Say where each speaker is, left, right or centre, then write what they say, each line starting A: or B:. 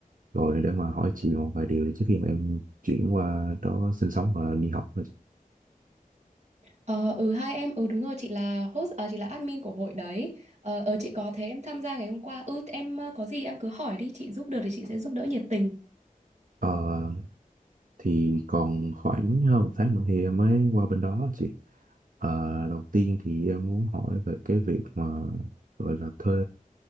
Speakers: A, on the right (about 70°); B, on the right (about 50°).
A: gọi để mà hỏi chị một vài điều trước khi mà em chuyển qua đó sinh sống và đi học.
B: Ờ, ừ hai em ừ đúng rồi chị là host ờ, chị là admin của hội đấy ờ, ờ chị có thế em tham gia ngày hôm qua ừ em ờ, có gì em cứ hỏi đi chị giúp được thì chị sẽ giúp đỡ nhiệt tình
A: Ờ, thì còn khoảng hơn một tháng nữa thì em mới qua bên đó chị Ờ, đầu tiên thì em muốn hỏi về cái việc mà gọi là thuê